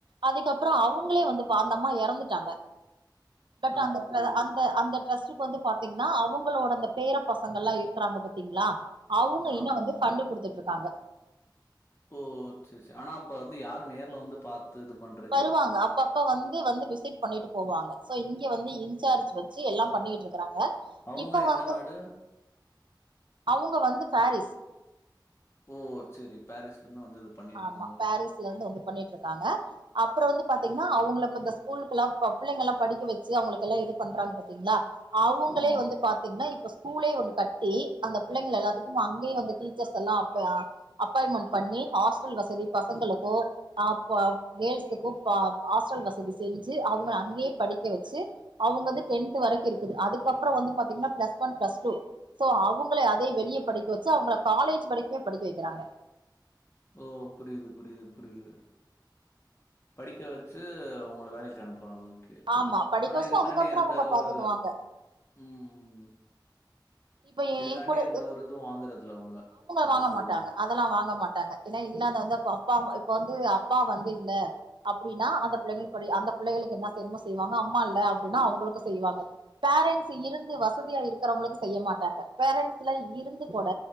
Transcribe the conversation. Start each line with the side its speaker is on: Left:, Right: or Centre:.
Right: அதுக்கப்றோ அவங்களே வந்து பா அந்தம்மா எறந்துட்டாங்க பட்
Left: ஆ,
Right: அந்த
Left: புரியுது.
Right: ட்ர அந்த அந்த ட்ரஸ்ட் க்கு வந்து பாத்தீங்னா அவங்களோட அந்த பேரப் பசங்கல்லா இருக்கறாங்க பாத்தீங்ளா அவங்க
Left: ஆ,
Right: இன்னு
Left: ஆமா.
Right: வந்து ஃபண்டு குடுத்துட்டு இருக்காங்க
Left: ஓ சேரி சேரி ஆனா இப்ப வந்து யாரு நேர்ல வந்து பாத் து இது பண்ற
Right: வருவாங்க அப்பப்ப வந்து வந்து விசிட் பண்ணிட்டு போவாங்க சோ இங்க வந்து இன்சார்ஜ் வச்சு எல்லா பண்ணிகிட் இருக்கறாங்க
Left: அவங்க
Right: இப்ப
Left: எந்த
Right: வந்து
Left: நாடு?
Right: அவுங்க வந்து ஃபாரிஸ்
Left: ஓ சேரி பாரீஸ்லந்து வந்து இது பண்ணிட்டுருக்காங்க.
Right: ஆமா
Left: ஓகே.
Right: பாரீஸ்லருந்து வந்து பண்ணிட்டுருக்காங்க அப்பறோ வந்து பாத்தீங்கன்னா அவங்கள இப்ப இந்த ஸ்கூலுக்குலா ப பிள்ளைங்கல்லா படிக்க வச்சு அவங்களுக்கெல்லா இது பண்றாங்க பாத்தீங்ளா அவுங்களே
Left: ஆமா.
Right: வந்து பாத்தீங்னா இப்ப ஸ்கூலே ஒண்ணு கட்டி அந்த பிள்ளைங்கள எல்லாத்துக்கு அங்கயே வந்து டீச்சர்ஸ் எல்லா அப்ப அப்பாயின்மெண்ட் பண்ணி ஹாஸ்டல் வசதி பசங்களுக்கு அ ப கேர்ள்ஸுக்கு பா ஹாஸ்டல் வசதி செஞ்சு அவங்கள அங்கயே படிக்க வச்சு அவங்கது டென்த் வரைக்கு இருக்குது அதுக்கப்பறோ வந்து பாத்தீங்கன்னா plus one plus two so அவங்கள அதயு வெளிய படிக்க வச்சு அவங்கள காலேஜ் வரைக்குமே படிக்க வைக்கிறாங்க
Left: ஓ புரிது புரிது புரிது படிக்க வச்சு ஒங்கள வேலைக்கு அனுப்புறாங்க ஓக் கே
Right: ஆமா படிக்க
Left: ஆனா
Right: வச்சுட்டு
Left: இதுக்காண்டி
Right: அதுக்கப்புறோ
Left: எந்த
Right: அவங்க
Left: ஒரு
Right: பாத்துக்குவாங்க
Left: ம் ம்
Right: இப்ப ஏ
Left: இதுக்காண்டி
Right: கூட
Left: எந்த ஒரு இதுவு வாங்குறதுல்ல அவங்க காசு
Right: வாங்க மாட்டாங்க
Left: எது
Right: அதெல்லா வாங்க மாட்டாங்க ஏனா இல்லாதவந்த இப்ப அப்பா அம்மா இப்ப வந்து அப்பா வந்து இல்ல அப்டின்னா அந்த புள்ளைங்களுக்கு படி அந்த புள்ளைகளுக்கு என்ன செய்யனுமோ செய்வாங்க அம்மா இல்ல அப்டின்னா அவங்களுக்கு செய்வாங்க பேரண்ட்ஸ் இருந்து வசதியா இருக்கறவங்களுக்கு செய்ய மாட்டாங்க பேரண்ஸ்லா இருந்து கூட